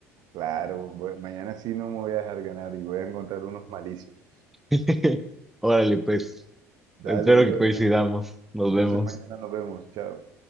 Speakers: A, on the right (about 60°); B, in the centre.
A: claro, voy- mañana sí no me voy a dejar ganar y voy a encontrar unos malísimos.
B: <laughs> Órale, pues.
A: Dale,
B: Espero que
A: Jordan.
B: coincidamos. Nos
A: Entonces
B: vemos.
A: mañana nos vemos. Chao.